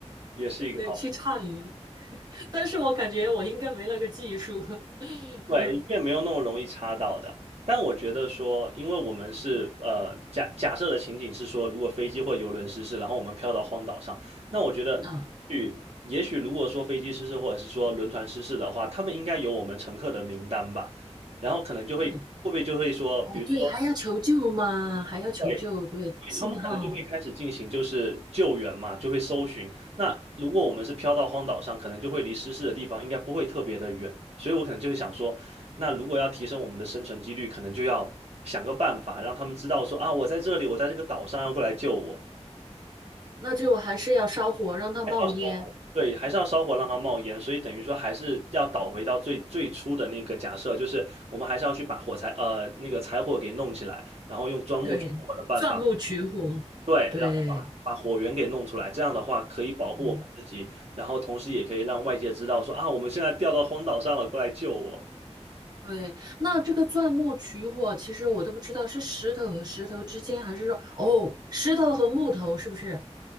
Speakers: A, on the right; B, on the right.
A: 也是一个好。
B: <laughs> 对，去叉鱼。但是我感觉我应该没那个技术。<laughs>
A: 对，越没有那么容易插到的。但我觉得说，因为我们是呃假假设的情景是说，如果飞机或游轮失事，然后我们飘到荒岛上，那我觉得，
B: 啊，
A: 也也许如果说飞机失事或者是说轮船失事的话，他们应该有我们乘客的名单吧，然后可能就会会不会就会说，
B: 嗯，哦，
A: 比如说。
B: 对，还要求救吗？还要求救，
A: 对。
B: 对，
A: 对，
B: 信号，
A: 他们可能就会开始进行就是救援嘛，就会搜寻。那如果我们是飘到荒岛上，可能就会离失事的地方应该不会特别的远，所以我可能就是想说，那如果要提升我们的生存几率，可能就要想个办法，让他们知道说啊，我在这里，我在这个岛上，要过来救我，
B: 那就还是要烧火让它冒烟。
A: 还是要烧火，对，还是要烧火让它冒烟，所以等于说还是要倒回到最最初的那个假设，就是我们还是要去把火柴呃那个柴火给弄起来，然后用钻木取火的办法。
B: 对，钻木取火，
A: 对，
B: 对，
A: 然后把把火源给弄出来，这样的话可以保护我们自己，
B: 嗯，
A: 然后同时也可以让外界知道说啊，我们现在掉到荒岛上了，过来救我。
B: 对。那这个钻木取火，其实我都不知道是石头和石头之间，还是说哦，石头和木头是不是？